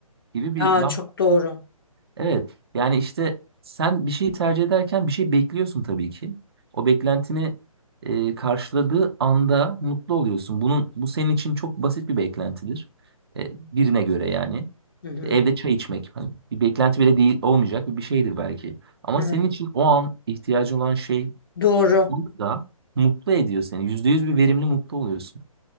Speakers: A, on the right; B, on the left.
A: gibi bir
B: Aa
A: laf.
B: çok doğru.
A: Evet. Yani işte sen bir şeyi tercih ederken bir şey bekliyorsun tabii ki. O beklentini e, karşıladığı anda mutlu oluyorsun. Bunun bu senin için çok basit bir beklentidir. E, birine göre yani.
B: Hı hı.
A: Evde çay içmek hani bir beklenti bile değil olmayacak bir bir şeydir belki. Ama
B: Evet.
A: senin için o an ihtiyacı olan şey
B: Doğru.
A: da mutlu ediyor seni. yüzde yüz bir verimli mutlu oluyorsun.